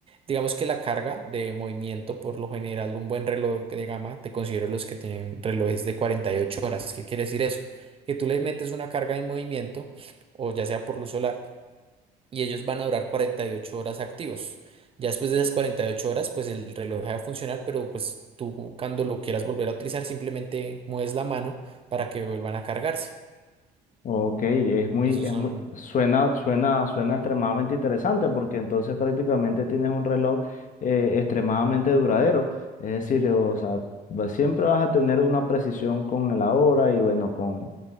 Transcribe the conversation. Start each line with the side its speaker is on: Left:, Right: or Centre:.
Right: Digamos que la carga de movimiento, por lo general, un buen reloj de gama, te considero los que tienen relojes de 48 horas. ¿Qué quiere decir eso? Que tú les metes una carga de movimiento, o ya sea por luz solar, y ellos van a durar 48 horas activos. Ya después de esas 48 horas, pues el reloj deja de funcionar, pero pues tú cuando lo quieras volver a utilizar, simplemente mueves la mano para que vuelvan a cargarse.
Left: Ok, es muy,
Right: Esos
Left: es
Right: son,
Left: muy, suena, suena, suena extremadamente interesante porque entonces prácticamente tienes un reloj eh, extremadamente duradero. Es decir, o sea, va- siempre vas a tener una precisión con la hora y bueno, con